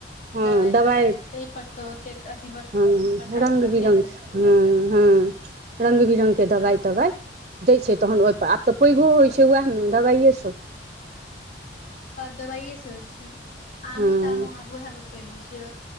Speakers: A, on the right (about 40°); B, on the left (about 45°).
A: हँ
B: दवाय
A: दबाइ
B: तवाइ तै पड़तौ ओतेक अथी बड़
A: हँ
B: बड़का
A: रंग
B: बड़का
A: बिरङ्ग
B: भेल रहै छै
A: हँ हँ रंग बिरङ्गके दवाय तबाइ दै छै तहन ओहिपर आब तऽ पैघो होइत छै उएहमे दबाइएसँ
B: दबाइएसँ होइ छै आमो
A: हँ
B: तामो आब ओहा रुपे होइ छै